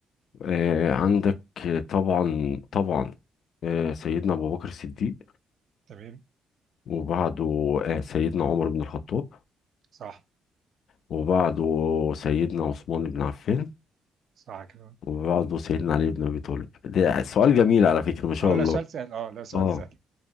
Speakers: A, on the left; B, on the right.
A: آه عندك آه، طبعا طبعا آه سيدنا ابو بكر الصديق
B: تمام
A: وبعده آه سيدنا عمر بن الخطاب
B: صح
A: وبعده سيدنا عثمان بن عفان
B: صح كده
A: وبعده سيدنا علي بن ابي طالب ده سؤال
B: تمام
A: جميل على فكرة ما شاء
B: اه لا
A: الله
B: سؤال سهل اه لا سؤال
A: اه
B: سهل